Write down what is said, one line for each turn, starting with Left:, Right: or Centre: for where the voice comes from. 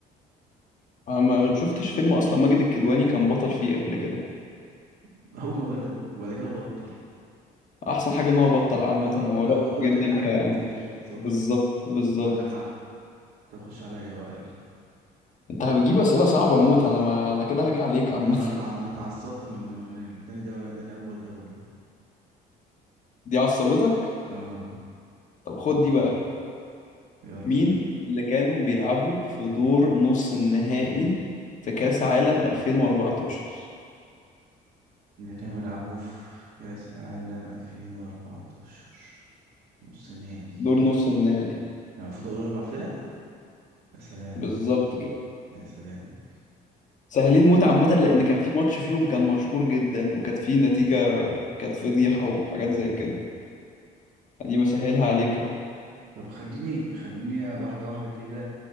Left: انا ما شفتش فيلم اصلا ماجد الكدواني كان بطل فيه قبل كده
Right: <laughs> أول ما بدأ وبعد كده بطل
Left: احسن حاجه ان هو بطل عامه
Right: اه
Left: هو
Right: لا
Left: رائع
Right: هو دور
Left: جدا
Right: تاني أحلى
Left: ك
Right: بكتير بالظبط
Left: بالظبط بالظبط
Right: عندك حق تخش عليا بقى يلا
Left: انت هتجيب اسئله صعبه موت انا ما انا كده هاجي عليك
Right: ما
Left: عامه
Right: أنا تع... ما أنا اتعصبت من من التاني دولة تاني أكبر دولة دي
Left: <laughs> دي عصبتك
Right: اه
Left: طب خد دي بقى
Right: يلا
Left: مين اللي كانوا بيلعبوا في دور نص النهائي في كاس عالم 2014
Right: اللي كانوا بيلعبوا في كأس العالم 2014 نص نهائي
Left: دور نص النهائي
Right: انا المفروض اقول اربع فرق يا سلام
Left: بالظبط كده
Right: يا سلام
Left: سهلين
Right: طب
Left: موت عامة لأن كان في ماتش فيهم كان مشهور جدا وكانت فيه نتيجة كانت فضيحة وحاجات زي كده دي بسهلها عليك أهو
Right: طب خليني خليني واحده واحده كده